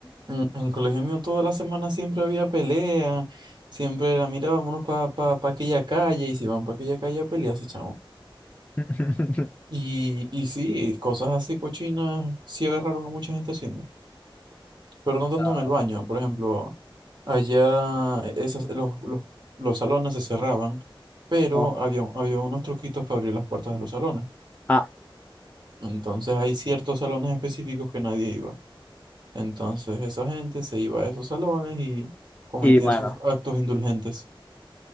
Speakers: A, on the right; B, on the left.
A: en, en- el colegio mío toda la semana siempre había pelea, siempre era, mira, vámonos para pa, pa pa aquella calle, y si van para aquella calle a pelearse, chamo.
B: <laughs>
A: Y, y sí, cosas así cochinas sí agarraron a mucha gente haciendo. pero no tanto
B: No,
A: en el baño. Por ejemplo, allá eh, esas, los, los, los salones se cerraban, pero
B: no.
A: había, había unos truquitos para abrir las puertas de los salones.
B: Ah,
A: Entonces hay ciertos salones específicos que nadie iba. Entonces esa gente se iba a esos salones y cometía
B: y bueno,
A: sus actos indulgentes.